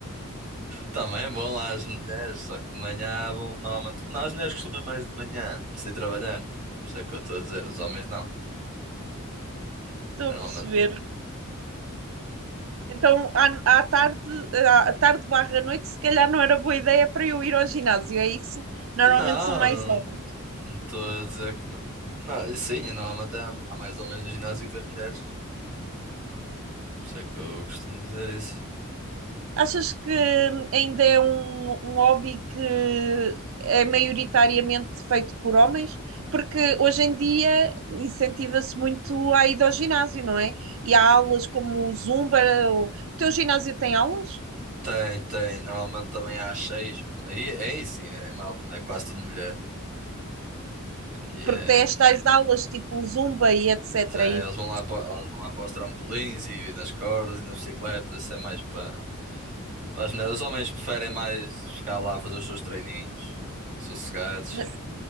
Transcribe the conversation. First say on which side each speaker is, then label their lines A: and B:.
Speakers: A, on the right; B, on the right.
A: Também vão lá as mulheres, só que de manhã vão. Normalmente. Não, as mulheres costumam ir mais de manhã, se ir trabalhar. Por isso é que eu estou a dizer, os homens não.
B: estou
A: Normalmente
B: a perceber. Então, à, à tarde, à à tarde barra noite, se calhar não era boa ideia para eu ir ao ginásio, é isso? Normalmente
A: Não,
B: são mais homens.
A: não não estou a dizer que não. Não, sim, normalmente há, há mais ou menos ginásio que as mulheres. Por isso é que eu costumo dizer isso.
B: Achas que ainda é um, um hobby que é maioritariamente feito por homens? Porque hoje em dia incentiva-se muito a ida ao ginásio, não é? E há aulas como o Zumba. O o teu ginásio tem aulas?
A: Tem, tem. Normalmente também há seis. Aí, aí sim, é, mal, é quase tudo mulher. E
B: Porque
A: é,
B: tem estas aulas tipo o Zumba e etc.
A: isso é,
B: é isso?
A: eles vão lá para, elas vão lá para os trampolins e nas cordas e nas bicicletas. Isso é mais para, para as mulheres. Os homens preferem mais ficar lá a fazer os seus treininhos, sossegados.
B: Na-